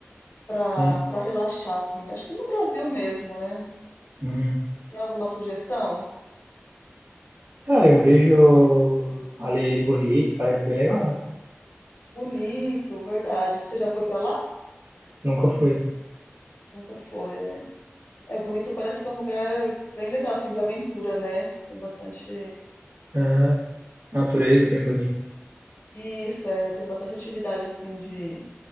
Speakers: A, on the left; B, on the right.
A: para
B: sim.
A: para relaxar, assim. Acho que no Brasil mesmo, né?
B: Uhum.
A: Tem alguma sugestão?
B: Cara, eu vejo ali bonito, parece bem legal, né?
A: Bonito, verdade. Você já foi para lá?
B: Nunca fui.
A: Nunca foi, né? É, Bonito parece ser um lugar bem legal, assim, de aventura, né? Tem bastante.
B: Ah, natureza bem bonita.
A: Isso, é, tem bastante atividade, assim, de,